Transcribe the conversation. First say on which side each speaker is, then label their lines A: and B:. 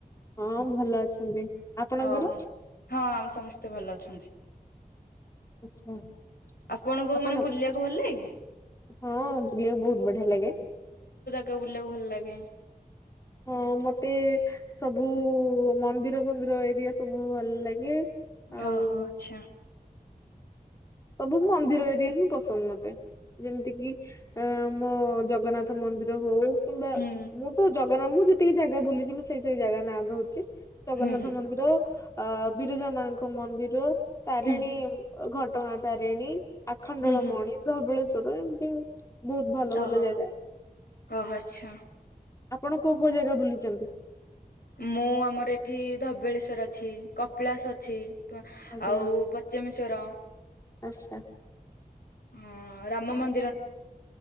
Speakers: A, on the left; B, on the left.
A: ହଁ ଭଲ ଅଛନ୍ତି ଆପଣଙ୍କର?
B: ଓ ହଁ ହଁ ଆମ ସମସ୍ତେ ଭଲ ଅଛନ୍ତି।
A: <unintelligible>
B: ଆପଣଙ୍କୁ
A: ଆପଣ
B: ମାନେ ବୁଲିବାକୁ
A: ହଁ
B: ଭଲ ଲାଗେ?
A: ବୁଲିବାକୁ ବହୁତ ବଢିଆ ଲାଗେ।
B: କ ବୁଲିଵାକୁ ଭଲ ଲାଗେ।
A: ହଁ। ହଁ ମୋତେ ସବୁ ମନ୍ଦିର ଫନ୍ଦିର ଏରିଆ ସବୁ ଭଲ ଲାଗେ। ଆଉ
B: ଓହୋ ଆଛା।
A: ସବୁ ମନ୍ଦିର ଏରିଆ ହିଁ ପସନ୍ଦ ମତେ। ଯେମିତି କିି ଆମ ଜଗନ୍ନାଥ ମନ୍ଦିର ହଉ । କିମ୍ବା
B: ହୁଁ
A: ମୁଁ ତ ଜଗନ୍ନା ମୁ ଯେତିକି ଜାଗା ବୁଲିଛି ମୁଁ ସେଇ ସେଇ ଜାଗା ନାଁ ଧରୁଛି। ଜଗନ୍ନାଥ
B: ହୁଁ ହୁଁ
A: ମନ୍ଦିର, ଆ ବିରଜା ମାଙ୍କ ମନ୍ଦିର, ତାରିଣୀ।
B: ହୁଁ
A: ଘଟଗାଁ ତାରିଣୀ, ଆଖଣ୍ଡଳମଣି,
B: ହୁଁ ହୁଁ
A: ଧବଳେଶ୍ଵର ଏମିତି ଆଉ । ବହୁତ ଭଲ
B: ଓହୋ।
A: ଭଲ ଜାଗା ।
B: ଓହୋ ଆଚ୍ଛା
A: ଆପଣ କୋଉ କୋଉ ଜାଗା ବୁଲିଛନ୍ତି?
B: ମୁଁ ଆମର ଏଠି ଧବଳେଶ୍ଵର ଅଛି, କପିଳାସ ଅଛି ।
A: ଆଜ୍ଞା
B: ଆଉ ପଚେମେଶ୍ୱର।
A: ଆଚ୍ଛା।
B: ହଁ ରାମ ମନ୍ଦି